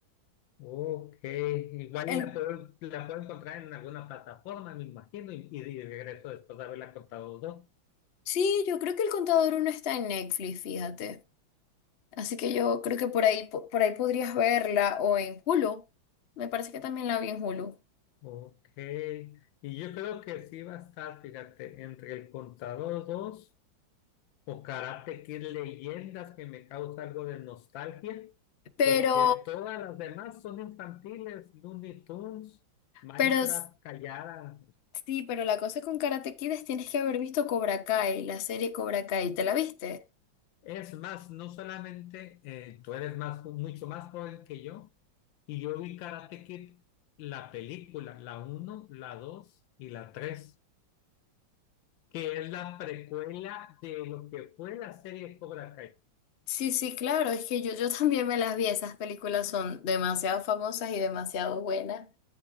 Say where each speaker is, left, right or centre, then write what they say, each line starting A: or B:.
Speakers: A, on the left; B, on the left.
A: ok. Igual
B: En-
A: y la puedo, la puedo encontrar en alguna plataforma, me imagino, y, y de regreso después de haberla contado dos.
B: sí, yo creo que El Contador uno está en Netflix, fíjate. Así que yo creo que por ahí, po- por ahí podrías verla o en Hulu. Me parece que también la vi en Hulu.
A: Ok. Y yo creo que sí va a estar, fíjate, entre el contador dos o Karate Kid Leyendas que me causa algo de nostalgia,
B: Pero,
A: porque todas las demás son infantiles, Looney Tunes, Minecraft
B: pero s-
A: callada.
B: sí, pero la cosa con Karate Kid es tienes que haber visto Cobra Kai, la serie Cobra Kai. ¿Te la viste?
A: Es más, no solamente eh, tú eres más, mucho más joven que yo, y yo vi Karate Kid, la película, la uno la 2 y la 3 que es la precuela de lo que fue la serie Cobra Kai.
B: Sí, sí, claro, es que yo, yo también me las vi, esas películas son demasiado famosas y demasiado buenas.